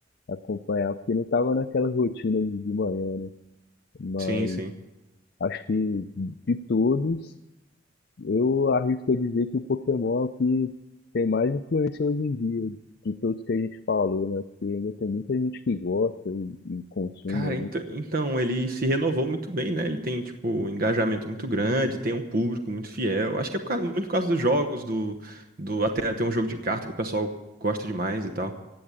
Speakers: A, on the left (about 60°); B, on the right (about 50°).
A: acompanhar, porque não tava naquela rotina de de manhã, né? Mas
B: Sim, sim.
A: acho que de todos, Eu arrisco a dizer que o Pokémon é o que tem mais influência hoje em dia, de todos que a gente falou, né? Porque ainda tem muita gente que gosta e, e consome
B: Cara,
A: aí.
B: então, então, ele se renovou muito bem, né? Ele tem, tipo, um engajamento muito grande, tem um público muito fiel. Acho que é por causa- muito por causa dos jogos, do, do até ter um jogo de carta que o pessoal gosta demais e tal.